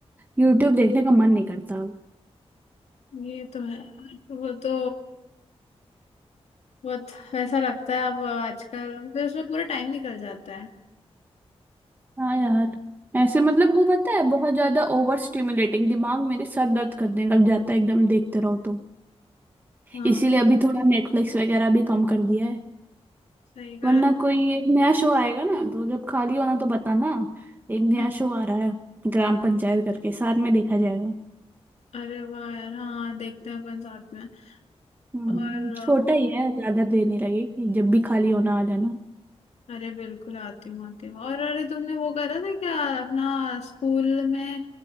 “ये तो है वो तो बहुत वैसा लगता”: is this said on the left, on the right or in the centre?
Left